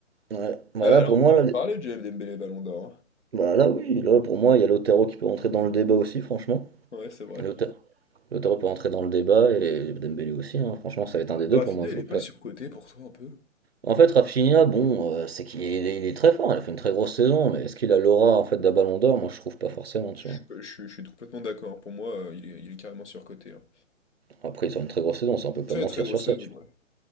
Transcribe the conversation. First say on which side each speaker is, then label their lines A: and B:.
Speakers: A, on the right; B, on the left.
A: ouais. Bah
B: Ah bah
A: là, pour
B: là, on
A: moi,
B: peut en
A: là,
B: reparler
A: les-
B: du Dembélé Ballon d'Or.
A: bah là, oui, là, pour moi, il y a Lautaro qui peut rentrer dans le débat aussi, franchement.
B: hein. Ouais, c'est vrai.
A: Lauta- Lautaro peut rentrer dans le débat et Dembélé aussi, hein. Franchement, ça va être un des deux
B: Rafinha,
A: pour moi, je
B: il
A: vois
B: est
A: pas.
B: pas surcoté pour toi un peu?
A: En fait, Rafinha, bon, euh, c'est qu'il est, il est très fort, il a fait une très grosse saison, mais est-ce qu'il a l'aura en fait d'un Ballon d'Or? Moi, je trouve pas forcément, tu
B: Je,
A: vois.
B: peux- je suis je suis complètement d'accord. Pour moi, euh, il est, il est carrément surcoté. hein.
A: Après, il sort une très grosse saison, ça on peut pas
B: Très
A: mentir
B: très grosse
A: sur ça,
B: saison,
A: tu
B: ouais.